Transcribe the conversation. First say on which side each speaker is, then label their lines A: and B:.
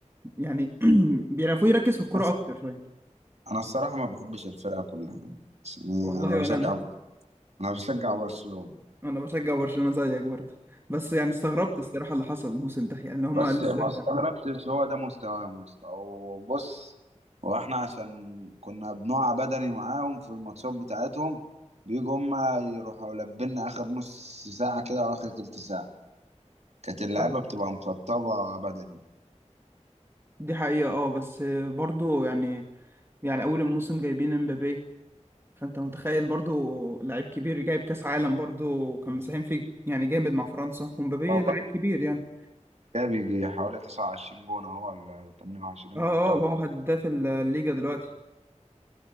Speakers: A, on the right (about 20°); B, on the right (about 60°).
A: يعني <clears throat> بيعرفوا يركز في الكوره
B: بس
A: اكتر شويه
B: أنا الصراحة ما بحبش الفرقة كلها يعني، بس يعني
A: والله
B: أنا
A: ولا
B: بشجع
A: انا
B: أنا بشجع برشلونة
A: انا بشجع برشلونه زيك برضه بس يعني استغربت الصراحه اللي حصل الموسم ده يعني هما
B: بس
A: لسه
B: ما استغربتش هو ده مستواهم يا اسطى وبص هو احنا عشان كنا بنقع بدني معاهم في الماتشات بتاعتهم بيجوا هما يروحوا لبلنا اخر نص ساعة كده او اخر تلت ساعة كانت اللعيبة
A: <clears throat>
B: بتبقى مشطبة بدني
A: دي حقيقة اه بس برضو يعني يعني أول الموسم جايبين امبابي فأنت متخيل برضو لعيب كبير جايب كأس عالم برضو كان مساهم فيه يعني جامد مع فرنسا ومبابي
B: هو
A: لعيب
B: برضه
A: كبير يعني
B: ده بيجي حوالي 29 جون اهو ولا 28
A: اه
B: في الدوري
A: اه هو
B: بقى
A: هداف الليجا دلوقتي